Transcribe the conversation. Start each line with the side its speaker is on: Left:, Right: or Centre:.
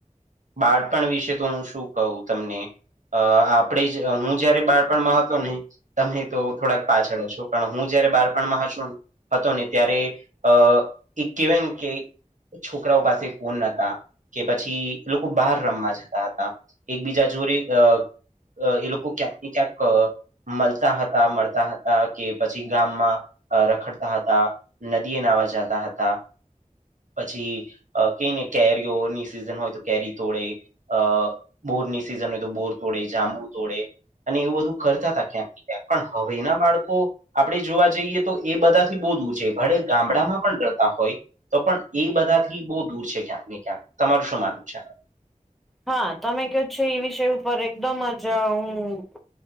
Right: બાળપણ વિશે તો હું શું કહું તમને. અ આપણે જ હું જયારે બાળપણમાં હતો ને. તમે તો થોડાક પાછળો હસો પણ હું જયારે બાળપણમાં હસું. હતો ને ત્યારે અ એ કહેવાય કે. છોકરાઓ પાસે ફોન નતા કે પછી. લોકો બહાર રમવા જતા હતા એકબીજા જોરે અ. અ એ લોકો ક્યાંક ને ક્યાંક અ મલતા હતા મળતા હતા. તા કે પછી ગામમાં અ રખડતા હતા નદીએ નાવા જાતા હતા. પછી અ કે ની કેરીઓ ની સિઝન હોય તો. કેરી તોડે અ બોરની સિઝન હોય તો બોર તોડે જાંબુ તોડે. અને એવું બધું કરતા હતા ક્યાં કયાં પણ હવે ના બાળકો. આપણે જોવા જઈએ તો એ બધાથી બોધવું છે ભલે ગામડામાં પણ ડરતા હોય. તો પણ એ બધાથી બહુ દૂર છે ક્યાંક ને ક્યાંક તમારું શું માનવું છે આ.
Centre: હા તમે કછો એ વિષય ઉપર એકદમ જ હું.